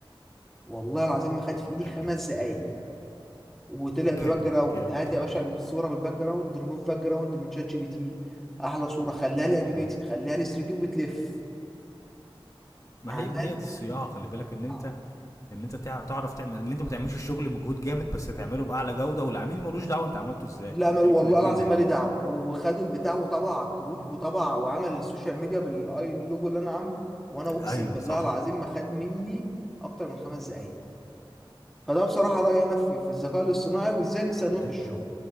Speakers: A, in the centre; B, on the left (about 35°).
A: والله العظيم ما خدت في ايدي
B: لا
A: خمس
B: جامد
A: دقايق وطلع
B: <laughs>
A: بباك
B: جامد
A: جراوند
B: جامد
A: هات
B: والله
A: يا باشا الصوره بالباك جراوند ريموف باك جراوند من شات جي بي تي احلى صوره خليها لي انيميتد
B: مم.
A: خليها لي 3 دي وبتلف
B: ما
A: عمل
B: هي ما هي دي الصياعه خلي بالك ان انت
A: آه.
B: ان انت تعرف تعرف تعمل ان انت ما تعملش الشغل مجهود جامد بس تعمله باعلى جوده والعميل ملوش دعوه انت عملته ازاي
A: لا
B: انت
A: ما والله
B: ليك النتيجه
A: العظيم
B: النهائيه
A: مالي دعوه و- وخد البتاع وطبع على الكروت وطبع وعمل السوشيال ميديا بالاي لوجو اللي انا عامله وانا اقسم
B: ايوه
A: بالله
B: صح
A: العظيم ما خد مني اكتر من خمس دقايق فده بصراحه رايي انا في, في الذكاء الاصطناعي وازاي نستخدمه
B: لا
A: في الشغل
B: جامد